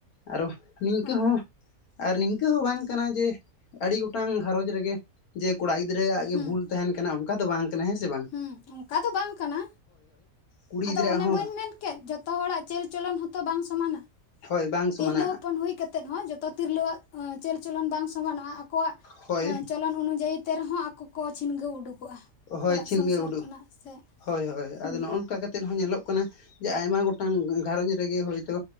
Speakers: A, on the left; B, on the left.
A: ᱟᱨᱚ ᱱᱤᱝᱠᱟᱹ
B: ᱦᱳᱭ
A: ᱦᱚᱸ ᱟᱨ ᱱᱤᱝᱠᱟᱹ ᱦᱚᱸ ᱵᱟᱝ ᱠᱟᱱᱟ ᱡᱮ ᱟᱹᱰᱤ ᱜᱚ ᱾ ᱢᱤᱫᱴᱟᱝ ᱜᱷᱟᱸᱨᱚᱡᱽ ᱨᱮ ᱜᱮ ᱡᱮ ᱠᱩᱲᱟ ᱜᱤᱫᱽᱨᱟᱹᱣᱟᱜ ᱜᱮ
B: ᱦᱩᱸ
A: ᱵᱷᱩᱞ ᱛᱟᱦᱮᱱ ᱠᱟᱱᱟ ᱚᱱᱠᱟ ᱫᱚ ᱵᱟᱝ ᱠᱟᱱᱟ ᱦᱮᱸ ᱥᱮ ᱵᱟᱝ ᱾
B: ᱦᱩᱸ ᱚᱱᱠᱟ ᱫᱚ ᱵᱟᱝ ᱠᱟᱱᱟ
A: ᱠᱩᱲᱤ
B: ᱟᱫᱚ
A: ᱜᱤᱫᱽᱨᱟᱹᱣᱟᱜ
B: ᱚᱱᱮ
A: ᱦᱚᱸ
B: ᱵᱟᱹᱧ ᱢᱮᱱ ᱠᱮᱼᱼ <unintelligible> ᱡᱚᱛᱚ ᱦᱚᱲᱟᱜ ᱪᱟᱹᱞ ᱪᱚᱞᱚᱱ ᱦᱚᱛᱚ ᱵᱟᱝ ᱥᱚᱢᱟᱱᱟ
A: ᱦᱳᱭ ᱵᱟᱝ ᱥᱚᱢᱟᱱᱟ
B: ᱛᱤᱨᱞᱟᱹ ᱦᱚᱯᱚᱱ ᱦᱳᱭ ᱠᱟᱛᱮ ᱦᱚᱸ ᱡᱚᱛᱚᱼᱼ ᱛᱤᱨᱞᱟᱹᱣᱟᱜ ᱪᱟᱹᱞ ᱪᱚᱞᱚᱱ ᱵᱟᱝ ᱥᱚᱢᱟᱱᱚᱜᱼᱟ ᱟᱠᱚᱣᱟᱜ
A: ᱦᱳᱭ
B: ᱪᱚᱞᱚᱱ ᱚᱱᱩᱡᱟᱭᱤ ᱛᱮ ᱨᱮ ᱦᱚᱸ <unintelligible> ᱞᱟᱹ ᱠᱚ ᱪᱷᱤᱱᱜᱟᱹᱣ ᱩᱰᱩᱜᱚᱜᱼᱟ
A: ᱦᱳᱭ
B: ᱚᱲᱟᱜ
A: ᱪᱷᱤᱱ
B: ᱥᱚᱝᱥᱟᱨ
A: ᱜᱮ ᱩᱰᱩᱠ
B: ᱠᱷᱚᱱᱟᱜ ᱥᱮ
A: ᱦᱳᱭ ᱦᱳᱭ
B: ᱦᱩᱸ
A: ᱟᱫᱚ ᱱᱚᱜᱼᱚ ᱱᱚᱝᱠᱟ ᱠᱟᱛᱮᱼᱼ ᱛᱮᱫ ᱦᱚᱸ ᱧᱮᱞᱚᱜ ᱠᱟᱱᱟ ᱡᱮ ᱟᱭᱢᱟ ᱜᱚᱴᱟᱝ ᱜᱷᱟᱨᱚᱸᱧᱡᱽ ᱨᱮᱜᱮ ᱦᱚᱭᱛᱳ